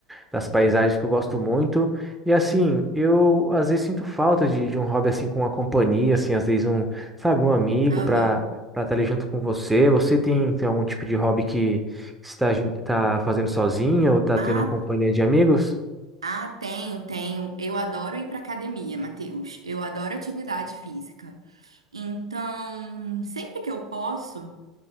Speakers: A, in the centre; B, on the right.
A: das paisagens que eu gosto muito. E assim, eu às vezes sinto falta de, de um hobby assim com uma companhia, assim, às vezes um, sabe, um amigo
B: aham.
A: para para estar ali junto com você. Você tem, tem algum tipo de hobby que está, gen- tá fazendo sozinho ou tá
B: Ah,
A: tendo a companhia de amigos?
B: ah, tenho, tenho. Eu adoro ir pra academia, Matheus. Eu adoro atividade física. Então, sempre que eu posso,